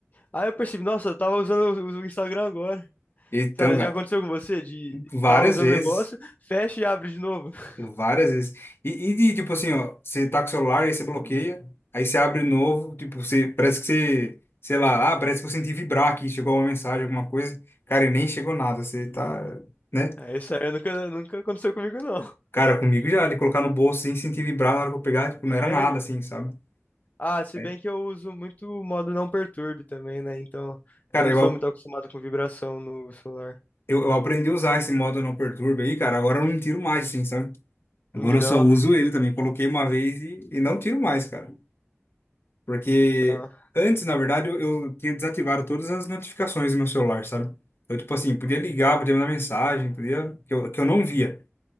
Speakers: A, on the left; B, on the left.
A: Aí eu percebi, nossa, eu tava usando o, o Instagram agora.
B: então,
A: Sabe,
B: cara,
A: já aconteceu com você de
B: várias
A: tava usando
B: vezes.
A: o negócio, fecha e abre de novo? <laughs>
B: Eu várias vezes. E, e de, tipo assim, ó, você tá com o celular, aí você bloqueia, aí você abre novo, tipo, você, parece que você, sei lá, ah, parece que eu senti vibrar aqui, chegou uma mensagem, alguma coisa. Cara, e nem chegou nada, você tá, né?
A: É, isso aí nunca, nunca aconteceu comigo, não. <laughs>
B: Cara, comigo já, de colocar no bolso sem sentir vibrar na hora que eu pegar, tipo, não
A: Sério?
B: era nada assim, sabe?
A: Ah, se
B: É.
A: bem que eu uso muito o modo não perturbe também, né? Então,
B: Cara,
A: eu não
B: eu,
A: sou muito acostumado com vibração no celular.
B: eu, eu aprendi a usar esse modo não perturba aí, cara, agora eu não tiro mais, assim, sabe? Agora
A: Então,
B: eu só uso ele também, coloquei uma vez e, e não tiro mais, cara. Porque
A: então...
B: antes, na verdade, eu, eu tinha desativado todas as notificações do meu celular, sabe? Então, tipo assim, podia ligar, podia mandar mensagem, podia, que eu, que eu não via.